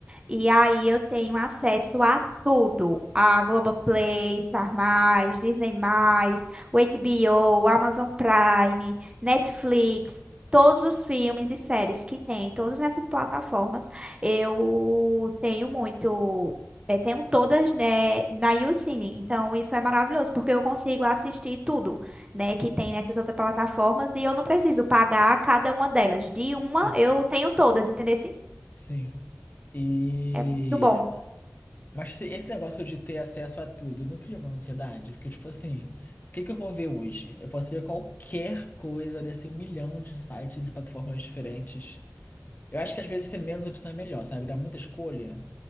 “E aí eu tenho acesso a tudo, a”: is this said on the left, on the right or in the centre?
Right